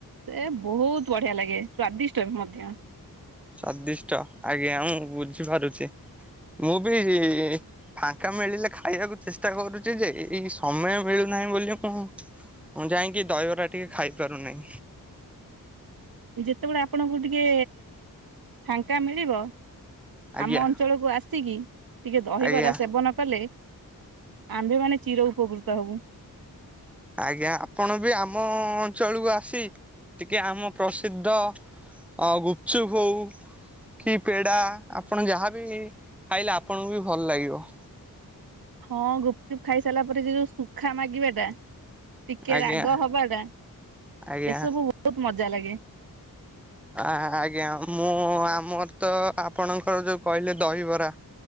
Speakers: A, on the right; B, in the centre.
A: ସେ ବହୁତ ବଢିଆ ଲାଗେ ସ୍ଵାଦିଷ୍ଟ ମଧ୍ୟ।
B: ସ୍ଵାଦିଷ୍ଟ ଆଜ୍ଞା ମୁଁ ବୁଝିପାରୁଛି ମୁଁ ବି। ଫାଙ୍କା ମିଳିଲେ ଖାଇବାକୁ ଚେଷ୍ଟା କରୁଛି ଯେ ଏଇ ସମୟ ମିଳୁନାହିଁ ବୋଲି ମୁଁ। ମୁଁ ଯାଇକି ଦହିବରା ଟିକେ ଖାଇପାରୁନି।
A: ଉଁ ଯେତେବେଳେ ଆପଣଙ୍କୁ ଟିକେ ଫାଙ୍କା ମିଳିବ।
B: ଆଜ୍ଞା
A: ଆମ ଅଞ୍ଚଳକୁ ଆସିକି ଟିକେ ଦହିବରା
B: ଆଜ୍ଞା
A: ସେବନ କଲେ। ଆମ୍ଭେ ମାନେ ଚୀର ଉପକୃତ ହବୁ।
B: ଆଜ୍ଞା ଆପଣ ବି ଆମ ଅଞ୍ଚଳକୁ ଆସି ଟିକେ ଆମ ପ୍ରସିଦ୍ଧ। ଅ ଗୁପଚୁପ ହଉ। କି ପେଡ଼ା ଆପଣ ଯାହା ବି ଖାଇଲେ ଆପଣଙ୍କୁ ବି ଭଲ ଲାଗିବ।
A: ହଁ ଗୁପଚୁପ ଖାଇ ସାରିଲା ପରେ ସେ ଯୋଉ ଶୁଖା ମାଗିବା ଟା। ଟିକେ
B: ଆଜ୍ଞା
A: ରାଗ ହବା ଟା
B: ଆଜ୍ଞା।
A: ଏସବୁ ବହୁତ ମଜା ଲାଗେ।
B: ଆ-ଆଜ୍ଞା ମୁଁ ଆମର ତ ଆପଣଙ୍କର ଯୋଉ କହିଲେ ଦହିବରା।